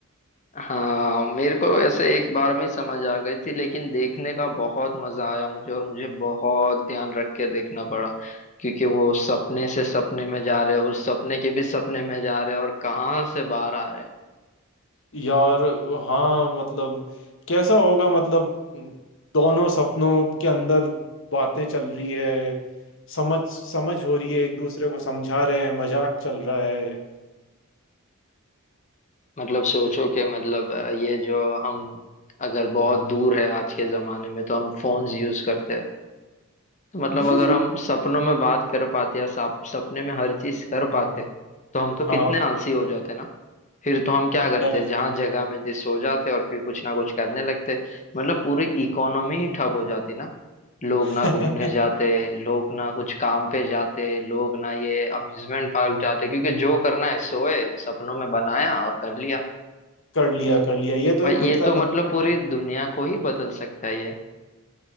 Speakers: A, on the left; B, on the left.
A: हाँ मेरे को ऐसे एक बार में ही समझ आ गई थी लेकिन देखने का बहुत मजा आया मुझे और मुझे बहुत ध्यान रख के देखना पड़ा क्योंकि वो सपने से सपने में जा रहे हैं और सपने के भी सपने में जा रहे हैं और कहाँ से बाहर आ रहे हैं
B: यार हाँ मतलब कैसा होगा मतलब दोनों सपनों के अंदर बातें चल रही है समझ समझ हो रही है एक दूसरे को समझा रहे हैं मजाक चल रहा है
A: मतलब सोचो कि मतलब अ, ये जो हम अगर बहुत दूर है आज के जमाने में तो हम फोन्स यूज करते हैं तो मतलब
B: <laughs>
A: अगर हम सपनों में बात कर पाते या सप, सपने में हर चीज कर पाते तो हम तो
B: हाँ
A: कितने आलसी हो जाते ना फिर तो हम क्या करते
B: यार,
A: जहां जगह मिलती सो जाते और फिर कुछ ना कुछ करने लगते मतलब पूरी इकोनॉमी ही ठप हो जाती ना लोग
B: <laughs>
A: ना घूमने जाते लोग ना कुछ काम पे जाते लोग ना ये अम्यूजमेंट पार्क जाते क्योंकि जो करना है सोए सपनों में बनाया और कर लिया
B: कर लिया कर लिया ये तो
A: भाई
B: एक खुद
A: ये
B: का
A: तो
B: कंसेप्ट
A: मतलब पूरी
B: होता
A: दुनिया को ही बदल सकता है